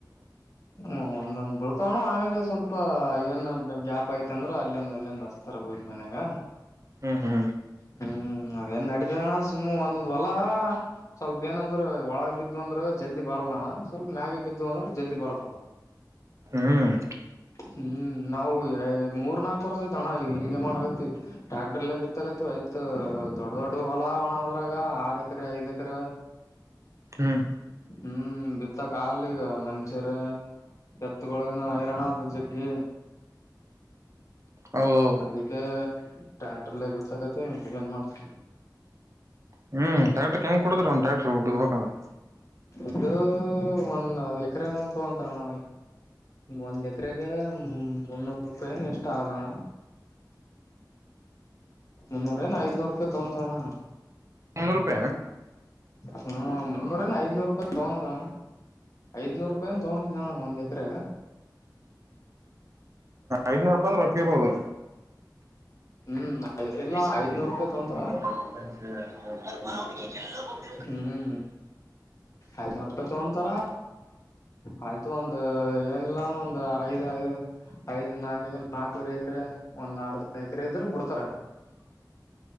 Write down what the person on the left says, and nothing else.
ಹ್ಮ್ ಒಂದೊಂದ್ ಬಳ್ತಾವಣ ಆಮ್ಯಾಗ ಸ್ವಲ್ಪ ಏನ್ ಗ್ಯಾಪ್ ಯ್ತ ಅಂದ್ರ ಅಲ್ಲಿಂದ ಇಲ್ಲಿಂದ ಹಸ್ತಾರ ಮನ್ಯಾಗ
ಹ್ಮ್ ಅದೇನ್ ನಡ್ದಣ ಸುಮ್ಮ್ ಒಂದೊಂದ್ ಹೊಲ ಸ್ವಲ್ಪ ಏನಂದ್ರ ಒಳಗ ಬಿದ್ದು ಅಂದ್ರೆ ಜಲ್ದಿ ಬರಲ್ಲಣ್ಣ ಸ್ವಲ್ಪ ಮ್ಯಾಗೆ ಬಿದ್ದು ಅಂದ್ರೆ ಜಲ್ದಿ ಬರ್ತ
ಹ್ಮ್ ನಾವು ಮೂರ್ ನಾಕು ವರ್ಷ ತನ ಇದೀವಿ ಹಂಗೆ ಮಾಡ್ಗತ್ತತಿ ಟ್ಯಾಕ್ಟ್ರಲ್ಲೇ ಗತ ಆಯ್ತ್ ದೊಡ್ಡ ದೊಡ್ಡ ಹೊಲಾವಣ ಆದದ್ರಾಗ ಆರ್ ಎಕರೆ ಐದ್ ಎಕರೆ
ಹ್ಮ್ ಬಿತ್ತ ಕಾಲಗ ಮನ್ಷ್ಯರ ಎತ್ಗೊಗಳನ ಹೈರಾಣ ಜಗ್ಗಿ
ಅದಕ್ಕೆ ಟ್ಯಾಕ್ಟರ್ಲ್ಲ ಗೊತ್ತಾಗತಿ ಏನ್ ಮಾಡ್ತ
ಇದು ಒಂದ್ ಎಕರೆ ಮೇಲ್ ತಗೊಂತಾರಣ ಒಂದ್ ಎಕರೆಗೆ ಮುನ್ನೂರು ರೂಪಾಯ ಎಷ್ಟ ಆದಣ ಮುನ್ನೂರ ಏನ ಐದನೂರು ರೂಪಾಯಿ ತಗಂತಾನ
ಹ್ಮ ಮುನ್ನೂರಂದ ಐದನೂರು ರೂಪಾಯಿ ತಗೊಂಡಣ ಐದನೂರು ರೂಪಾಯ ತಗೊಂಡ ಅಣ್ಣ ಒಂದ ಎಕ್ರ
ಹ್ಮ್ ಇಲ್ಲ
ಐದ್ನೂರು ರೂಪಾಯಿ ತಗೊಂತಾರ
ಹ್ಮ್ ಐದನೂರ್ ರೂಪಾಯಿ ತಗೊತಾರ ಆಯ್ತು ಒಂದ ಏನಿಲ್ಲ ಒಂದ ಐದ್ ಐದು ಐದ್ ನಾಲ್ಕ ನಾಲ್ಕವರೆಕ್ರ ಒಂದ್ ಆರ್ಧ ಎಕರೆ ಇದ್ರ ಬಿಡ್ತಾರ